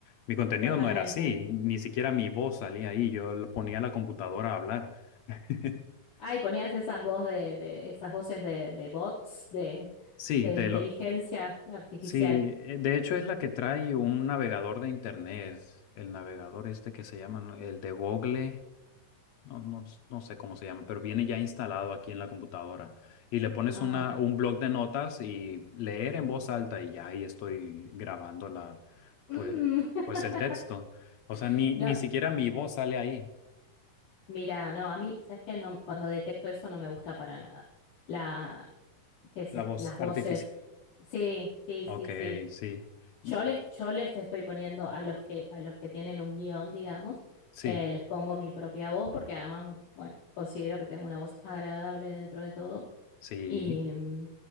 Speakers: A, on the left; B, on the left.
A: Mi contenido
B: totalmente.
A: no era así, ni siquiera mi voz salía ahí, yo lo ponía a la computadora a hablar. <laughs>
B: Ay, ponías esas voz de, de- esas voces de, de bots de,
A: Sí,
B: de
A: de
B: inteligencia
A: lo,
B: artificial.
A: Sí, eh, de hecho es la que trae un navegador de internet, el navegador este que se llama, ¿no? el de Google, no, no, s- no sé cómo se llama, pero viene ya instalado aquí en la computadora. Y le pones
B: Ah,
A: una, un blog de notas y leer en voz alta y ya ahí estoy grabando la,
B: mm.
A: pues,
B: <laughs>
A: pues el texto. O sea, ni,
B: No,
A: ni siquiera mi voz sale ahí,
B: mira, no, a mí, ¿sabes qué? No, cuando detecto eso no me gusta para nada. La, que se-
A: la voz
B: las voces.
A: artificial.
B: Sí, sí, sí,
A: Ok,
B: sí.
A: sí.
B: Yo
A: Y,
B: les, yo les estoy poniendo a los que, a los que tienen un guión, digamos,
A: sí,
B: eh, les pongo mi propia voz porque además, bueno, considero que tengo una voz agradable dentro de todo.
A: sí.
B: Y mm,